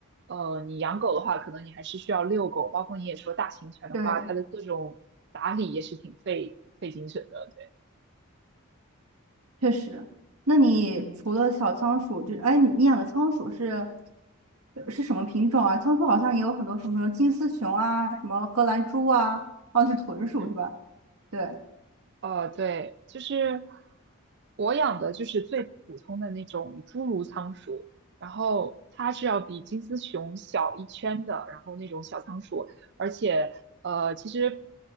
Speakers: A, on the right; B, on the right.
A: 呃，你养狗的话，可能你还是需要遛狗，包括你也说大型犬的话，
B: 对，
A: 它的各种打理也是挺费费精神的，对，
B: 确实。那你除了小仓鼠，
A: 嗯。
B: 就哎，你养的仓鼠是呃是什么品种啊？仓鼠好像也有很多什么金丝熊啊，什么荷兰猪啊，哦，是豚鼠是吧？
A: 嗯。
B: 对，
A: 呃，对，就是我养的就是最普通的那种侏儒仓鼠，然后它是要比金丝熊小一圈的，然后那种小仓鼠，而且呃，其实